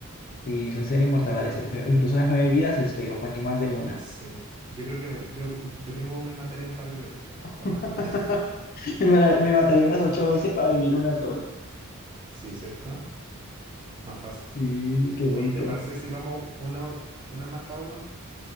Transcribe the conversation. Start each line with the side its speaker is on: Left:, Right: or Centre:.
Left: Sí, eso ser inmortal ha de ser feo. Incluso las nueve vidas es feo, ¿para qué más de una?
Right: Eh, Sí, yo creo que me- yo, mm, yo mismo me mataría un par de veces tal vez para
Left: <laughs>
Right: bajarle. <laughs>
Left: Me, la- me mataría unas ocho veces para vivir una sola.
Right: Sí, ¿cierto? Más fácil.
Left: Sí, qué montón.
Right: Oye, ¿te parece si vamos una, una más cada uno?